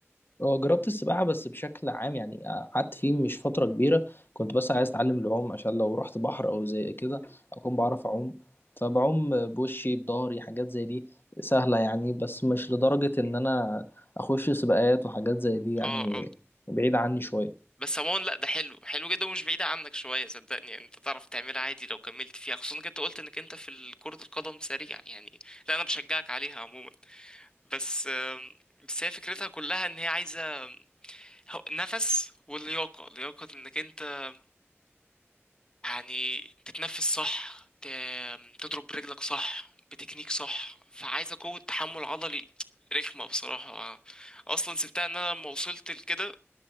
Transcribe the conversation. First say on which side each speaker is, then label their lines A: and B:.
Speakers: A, on the left; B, on the left.
A: هو جربت السباحة بس بشكل عام يعني قعدت فيه مش فترة كبيرة كنت بس عايز أتعلم العوم عشان لو رحت بحر أو زي كده أكون بعرف أعوم فبعوم بوشي بضهري حاجات زي دي سهلة يعني بس مش لدرجة إن أنا أخش سباقات وحاجات زي دي يعني
B: اه اه
A: بعيد عني شوية
B: بس عموما لا ده حلو حلو جدا ومش بعيدة عنك شوية صدقني يعني انت تعرف تعملها عادي لو كملت فيها خصوصا انك انت قلت انك انت في كرة القدم سريع يعني لا انا بشجعك عليها عموما بس آم، بس هي فكرتها كلها ان هي عايزة هو- نفس واللياقة لياقة انك انت يعني تتنفس صح ت- تضرب برجلك صح بتكنيك صح فعايزة قوة تحمل عضلي رخمة بصراحة اصلا سبتها ان انا لما وصلت لكده